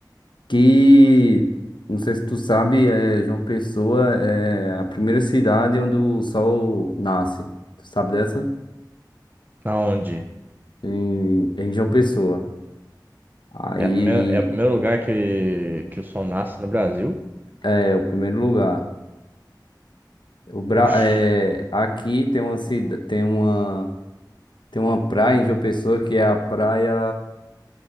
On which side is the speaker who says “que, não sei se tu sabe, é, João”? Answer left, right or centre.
Left